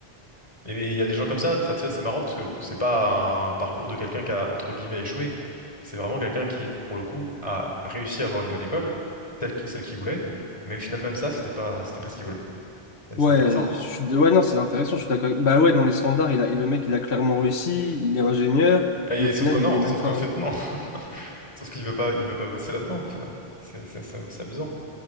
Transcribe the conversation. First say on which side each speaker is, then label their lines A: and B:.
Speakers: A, on the left (about 30°); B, on the left (about 85°).
A: Et mais il y a des gens comme ça, enfin, tu sais, c'est marrant parce que c'est pas un parcours de quelqu'un qui a, entre guillemets, échoué. C'est vraiment quelqu'un qui, pour le coup, a réussi à avoir une bonne école, telle, que- celle qu'il voulait, mais au final, même ça, c'était pas, c'était pas ce qu'il voulait. Et
B: Ouais,
A: C'est intéressant.
B: je suis- d- ouais, non, c'est intéressant, je suis d'accord. avec- Bah ouais, dans les standards, il a, il le mec, il a clairement réussi, il est ingénieur,
A: Et
B: et au final,
A: sauf que non,
B: il est
A: sauf
B: même pas...
A: qu'en fait,
B: hein.
A: non. <laughs> Sauf qu'il veut pas, il veut pas bosser là-dedans, au final. C'est c'est- c'est- c'est amusant.